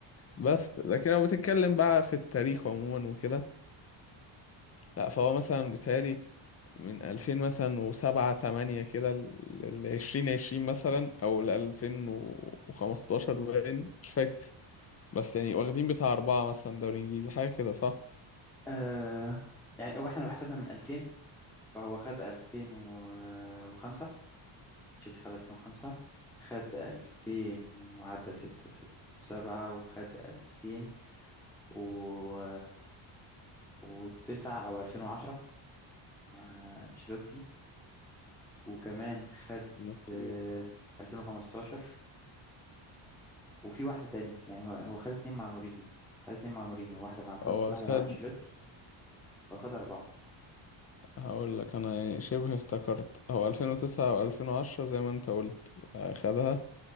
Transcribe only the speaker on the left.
بس لكن لو بتتكلم بقى في التاريخ عموما وكده لا فهو مثلا بيتهيألي من 2000 مثلا وسبعة تمانية كده ل 2020 مثلا أو ل 2015 باين مش فاكر بس يعني واخدين بتاع أربعة مثلا دوري إنجليزي حاجة كده صح؟
اوكي
هو
خد
هقول لك أنا يعني شبه افتكرت هو 2009 و 2010 زي ما أنت قلت آه، خدها